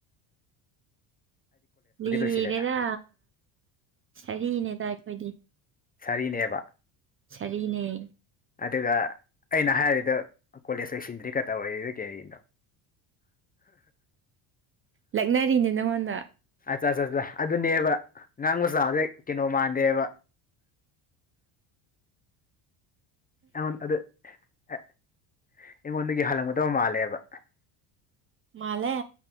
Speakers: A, on the right; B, on the left.
A: ꯂꯤꯔꯦꯗ
B: ꯂꯣꯏꯁꯤꯜꯂꯦꯗ
A: ꯁꯥꯔꯤꯅꯦꯗ ꯑꯩꯈꯣꯏꯗꯤ
B: ꯁꯔꯤꯅꯦꯕ
A: ꯁꯔꯤꯅꯦ
B: ꯑꯗꯨꯒ ꯑꯩꯅ ꯍꯥꯏꯔꯤꯗ ꯀꯣꯂꯦꯖ ꯂꯣꯏꯁꯤꯟꯗ꯭ꯔꯤꯒ ꯇꯧꯔꯔꯤꯗ ꯒꯦꯔꯤꯅꯣ
A: ꯂꯛꯅꯔꯤꯅꯦ ꯅꯪꯉꯣꯟꯗ
B: ꯆ ꯆꯠ ꯆꯠ ꯆ ꯑꯗꯨꯅꯦꯕ ꯉꯉꯥꯡ ꯃꯆꯥꯥꯛ ꯍꯧꯖꯤꯛ ꯀꯩꯅꯣ ꯃꯥꯟꯗꯦꯕ ꯑꯟ ꯑꯗ ꯑꯦ ꯑꯩꯉꯣꯟꯗꯒꯤ ꯍꯜꯂꯝꯒꯗꯕ ꯃꯥꯜꯂꯦꯕ
A: ꯃꯥꯂꯦ